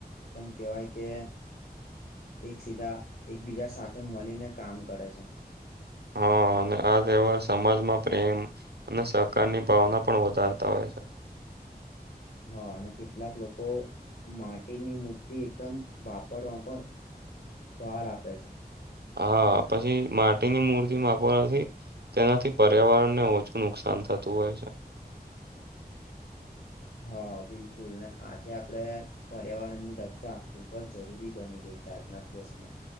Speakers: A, on the left; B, on the right.
A: તમ કેવાય કે એક સીધાં એકબીજા સાથે મલીને કામ કરે છે.
B: હા અને આ તહેવાર સમાજમાં પ્રેમ અને સહકારની ભાવના પણ વધારતા હોય છે.
A: હા અને કેટલાક લોકો માટીની મૂર્તિ એકદમ વાપરવાપર ભાર આપે છે.
B: હા પછી માટીની મૂર્તિ માપવાનાથી. તેનાથી પર્યાવરણને ઓછું નુકસાન થતું હોય છે.
A: હા બિલકુલ ને આજે આપડે પર્યાવરણની રક્ષા ખૂબ જ જરૂરી બની ગઈ છે આજના દિવસોમાં.